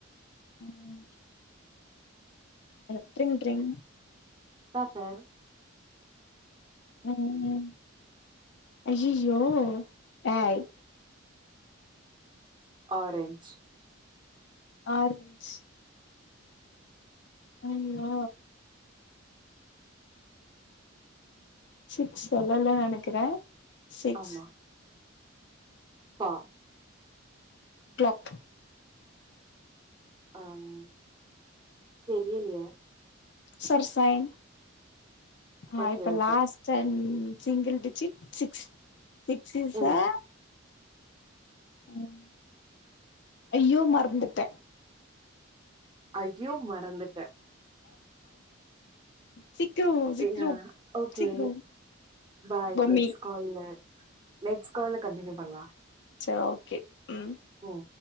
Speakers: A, on the left; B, on the right.
A: ம் அ ட்ரிங் ட்ரிங்
B: பேப்பர்
A: ம் ஐயயோ ஆய்
B: ஆரஞ்ச்
A: ஆரஞ்ச் ஐயோ சிக்ஸ் சொல்லல நெனைக்கிறே சிக்ஸ்
B: ஆமா ஃபா
A: க்ளாக்
B: அம் தெரியலையா
A: சர்ஸாயன் ஆ
B: ஓகே
A: இப்ப
B: okay
A: last time single digit six six is
B: ம்
A: ஆ ம் ஐயோ மறந்துட்ட
B: ஐயோ மறந்துட்ட
A: சீக்கிரோ சீக்கிரோ
B: ஏன்னா ஓகே
A: சீக்கிரோ
B: பாய்
A: பொம்மி
B: நெக்ஸ்ட் கால்ல நெக்ஸ்ட் கால்ல கண்டினியூ பண்லா.
A: சேரி ஓகே ம்
B: ம்